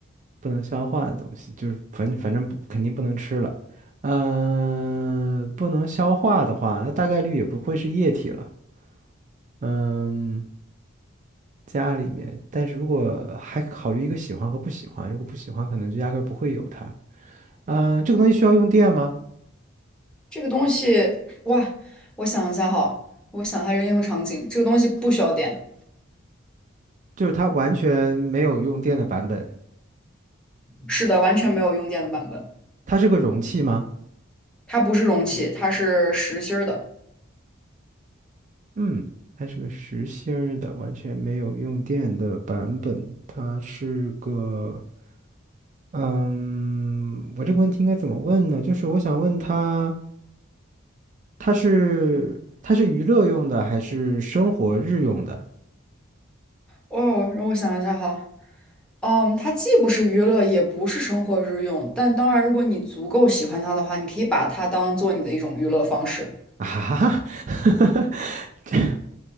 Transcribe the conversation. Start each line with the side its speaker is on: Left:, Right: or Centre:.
Right: 不能消化的东西，就是反正反正不肯定不能吃了。嗯、不能消化的话，那大概率也不会是液体了。嗯、家里面，但是如果还考虑一个喜欢和不喜欢，如果不喜欢，可能就压根儿不会有它。嗯，这个东西需要用电吗？
Centre: 这个东西，哇，我想一下哈，我想一下这个应用场景，这个东西不需要电，
Right: 就是它完全没有用电的版本。
Centre: 是的，完全没有用电的版本，
Right: 它是个容器吗？
Centre: 它不是容器，它是实心儿的。
Right: 嗯，它是个实心儿的，完全没有用电的版本。它是个，嗯，我这个问题应该怎么问呢？就是我想问它，它是它是娱乐用的还是生活日用的？
Centre: 哦，让我想一下哈。嗯，它既不是娱乐，也不是生活日用，但当然，如果你足够喜欢它的话，你可以把它当做你的一种娱乐方式。
Right: <laughs> 啊哈哈，<laughs>